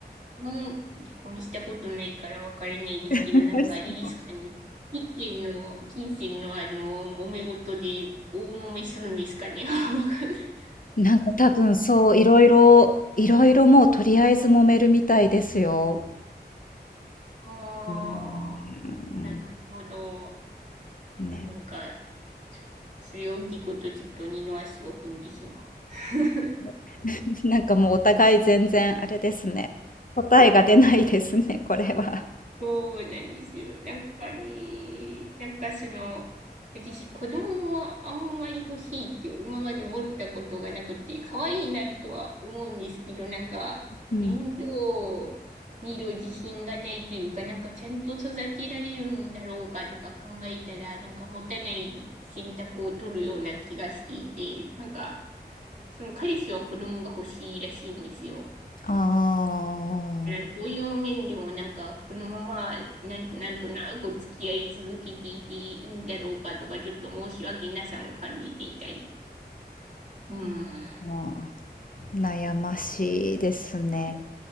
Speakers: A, on the right; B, on the left.
A: もう離婚したことないからわからないですけど、
B: え。<laughs>
A: なんかあれですかね。金銭の、金銭のあの、揉め事で大揉めするんですかね。<laughs> わかんない。
B: なんか多分そう、いろいろいろいろもうとりあえず揉めるみたいですよ。
A: あ
B: うーん。
A: あ、なるほど。
B: うん、
A: あ、
B: ね。
A: なんか、そそれを聞くとちょっと二の足を踏んでしまう。<laughs>
B: <laughs> なんかもうお互い全然あれですね。答えが出ないですね、これは。
A: そうなんですよ。なんかね、なんかその、私、子供はあんまり欲しいって今まで思ったことがなくて、可愛いなとは思うんですけど、なんか、
B: うん。
A: 面倒を見る自信がないというか、なんかちゃんと育てられるんだろうかとか考えたら、なんか持たない選択を取るような気がしていて、なんか、その彼氏は子供が欲しいらしいんですよ。
B: あ
A: だからそういう面でもなんか、このままな、なんとなく付き合い続けていていいんだろうかとか、ちょっと申し訳なさも感じていたり。うん。
B: ー、まあ、悩ましいですね。